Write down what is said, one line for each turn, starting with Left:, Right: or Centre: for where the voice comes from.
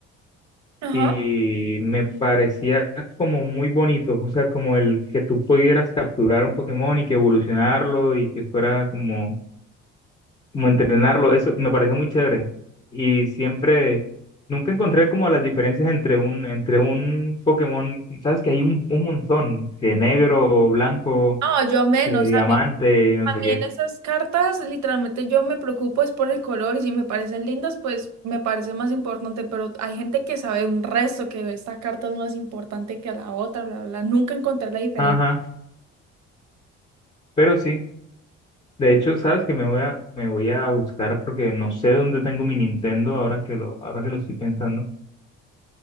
Right: Ajá.
Left: y me parecía como muy bonito, o sea, como el que tú pudieras capturar un Pokémon y que evolucionarlo y que fuera como como entrenarlo, eso me parece muy chévere. Y siempre, nunca encontré como las diferencias entre un, entre un Pokémon, sabes que hay un, un montón, que negro, blanco,
Right: No, yo menos.
Left: que diamante, y no
Right: A
Left: sé
Right: mí
Left: qué.
Right: en esas cartas, literalmente yo me preocupo es por el color y si me parecen lindas, pues me parece más importante, pero hay gente que sabe un resto que esta carta es más importante que la otra, bla, bla, bla. Nunca encontré la diferencia.
Left: Ajá, pero sí, de hecho, sabes que me voy a, me voy a buscar porque no sé dónde tengo mi Nintendo ahora que lo, ahora que lo estoy pensando.